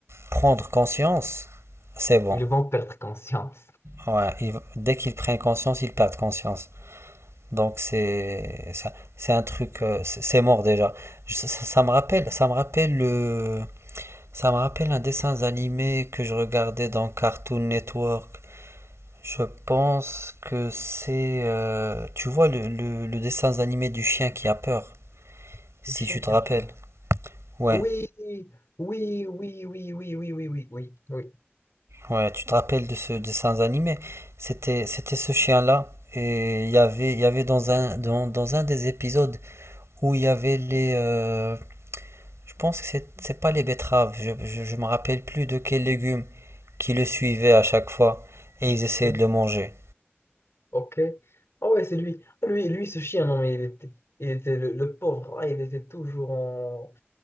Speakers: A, on the right (about 85°); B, on the left (about 75°).
A: prendre conscience, c'est bon.
B: ils vont perdre conscience.
A: Ouais, ils- dès qu'ils prennent conscience, ils perdent conscience. Donc, c'est, ça- c'est un truc, euh, c'est c'est mort déjà. Je- ça, ça me rappelle, ça me rappelle le, ça me rappelle un dessin animé que je regardais dans Cartoon Network. Je pense que c'est, euh, tu vois le, le, le dessin animé du chien qui a peur. Si
B: Le chien
A: tu te
B: qui
A: rappelles.
B: a peur.
A: Ouais,
B: Oui, oui, oui, oui, oui, oui, oui, oui, oui, oui,
A: ouais, tu te rappelles de ce dessin animé. C'était, c'était ce chien-là. Et il y avait, il y avait dans un, dans, dans un des épisodes où il y avait les. euh, je pense que c'est, c'est pas les betteraves. Je, je, je me rappelle plus de quels légumes qui le suivaient à chaque fois. Et ils essayaient
B: ok,
A: de le manger.
B: ok. Ah ouais, c'est lui. Ah, Lui, lui, ce chien, non, mais il était, il était le, le pauvre, ah, il était toujours en,